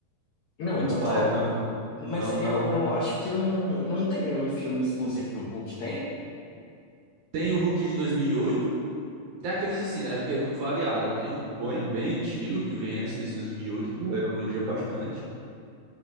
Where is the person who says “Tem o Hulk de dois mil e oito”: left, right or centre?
Right